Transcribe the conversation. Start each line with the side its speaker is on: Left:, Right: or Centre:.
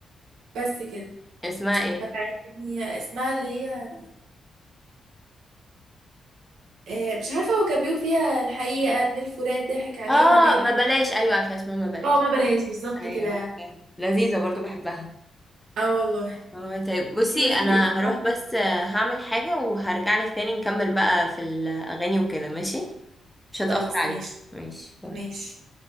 Right: بس كده
Centre: اسمها ايه
Right: فيعني اسمها اللي هي آه، مش عارفة هو كان بيقول فيها الحقيقة ان الفرات ضحك علينا
Centre: اه
Right: باين
Centre: ما
Right: حاجة
Centre: بلاش ايوه عارفه اسمها ما بلاش
Right: اه ما بلاش بالظبط
Centre: ايوه
Right: كده
Centre: عارفة. لذيذه برضو بحبها
Right: اه والله
Centre: اه طيب بصي
Right: انتي بس
Centre: انا
Right: باسمها
Centre: هروح بس آه، هعمل حاجه وهرجع لك تاني نكمل بقى في الاغاني وكده ماشي مش هتاخر
Right: خلاص
Centre: عليكي
Right: ماشي
Centre: ماشي باي
Right: ماشي